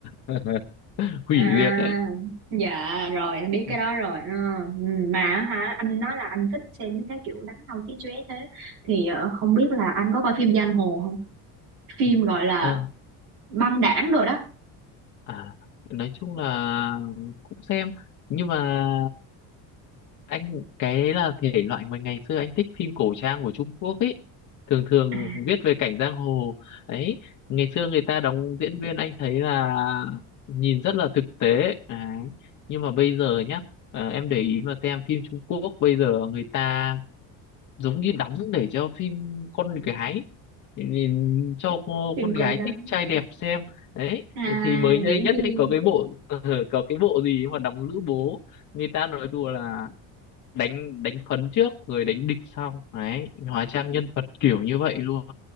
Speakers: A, on the left (about 50°); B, on the right (about 90°).
A: <laughs> hủy
B: À,
A: diệt ấy
B: dạ rồi em biết cái
A: Ừ.
B: đó rồi. Ờ, ừ, mà á hả anh nói là anh thích xem mấy cái kiểu đánh nhau chí chóe thế thì ờ, không biết là anh có coi phim giang hồ không? Phim
A: Ừ.
B: gọi là
A: Ờ,
B: băng đảng rồi đó.
A: À, nói chung là cũng xem nhưng mà anh cái đấy là thể loại mà ngày xưa anh thích phim cổ trang của Trung Quốc ấy thường thường
B: À,
A: viết về cảnh giang hồ ấy ngày xưa người ta đóng diễn viên anh thấy là nhìn rất là thực tế đấy. nhưng mà bây giờ nhá à, em để ý mà xem phim Trung Quốc bây giờ người ta giống như đóng để cho phim con gái thì cho cô-
B: phim
A: con
B: con
A: gái
B: gái.
A: thích trai đẹp xem đấy
B: À,
A: thì thì mới đây
B: diễn
A: nhất
B: viên.
A: ấy có cái bộ <laughs> ờ, có cái bộ gì mà đóng lữ bố người ta nói đùa là đánh đánh phấn trước rồi đánh địch sau đấy hóa trang nhân vật kiểu như vậy luôn